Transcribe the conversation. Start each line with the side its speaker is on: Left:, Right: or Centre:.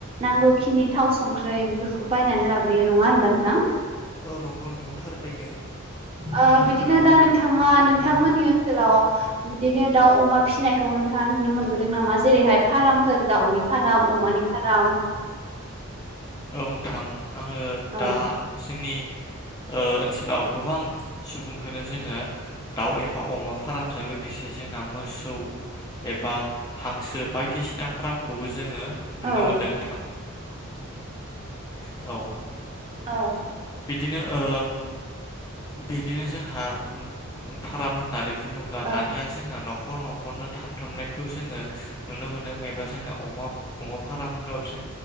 Right: नांगौखिनि थाव संख्रि बेफोरखौ बायनानै लाबोयो नङा होनबा नोंथां
Left: औ नंगौ नोंथां थारैनो।
Right: औ बिदिनो दा नोंथाङा नोंथांमोननि ओनसोलाव बिदिनो दाउ अमा फिसिनायखौ नोंथाङा नुनो मोनबो नामा जेरैहाय फार्मफोर दाउनि फार्म अमानि फार्म
Left: औ नोंथां आङो
Right: औ
Left: दा जोंनि ओ ओनसोलाव गोबां सुबुंखौनो जोङो दाउ एबा अमा फार्मजों लोगोसे जों जोंना मोसौ एबा हांसो बायदिसिना फार्मखौबो जोङो नुनो
Right: औ
Left: मोनदों नोंथां औ
Right: औ
Left: बिदिनो ओ बिदिनो जोहा खालाम होननानै बुङोब्ला
Right: ओ
Left: दानिया जोंना न'खर न'खर न'खरनो थाबथामनायखौ जोङो नुनो मोनदों एबा जोंना अमा अमा फार्म होनबा जों